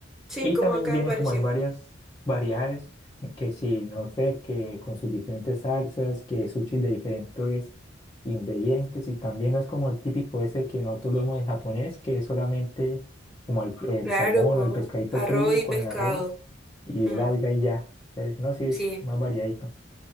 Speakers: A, in the centre; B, on the left (about 25°).
A: sí,
B: Y
A: como
B: también
A: acá
B: vienen
A: apareció.
B: como en varias variedades, que si, no sé, que con sus diferentes salsas, que sushi de diferentes ingredientes, y también no es como el típico ese que nosotros vemos en japonés, que es solamente como el, el
A: Claro,
B: salmón
A: pues,
B: o el pescadito
A: arroz
B: crudo
A: y
B: con
A: pescado.
B: el arroz y
A: Mm,
B: el alga y ya. Entonces, no, sí es
A: sí,
B: más variadito.